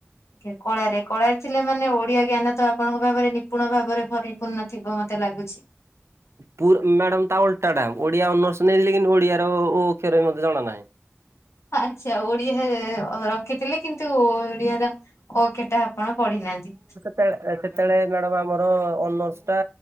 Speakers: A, on the left; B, on the right.
A: କେ କଳାରେ କଳାରେ ଥିଲେ ମାନେ ଓଡିଆ ଜ୍ଞାନ ତ ଆପଣଙ୍କ ଭାବରେ ନିପୁଣ ଭାବରେ ପରିପୂର୍ଣ୍ଣ ଥିବ ମତେ ଲାଗୁଚି।
B: ପୁର ମ୍ୟାଡାମ ତା ଓଲଟା ଟା ଓଡିଆ ଅନର୍ସ ନେଲି କିନ୍ତୁ ଓଡିଆର ଓ ଓ ଅକ୍ଷର ବି ମତେ ଜଣା ନାହିଁ।
A: ଆଛା ଓଡିଆହେ ରଖିଥିଲେ କିନ୍ତୁ ଓଡିଆର ଅ କେଟା ଆପଣ ପଢିନାହାନ୍ତି।
B: ତେ ଏପେତେଳେ ମ୍ୟାଡାମ ଆମର ଅନର୍ସ ଟା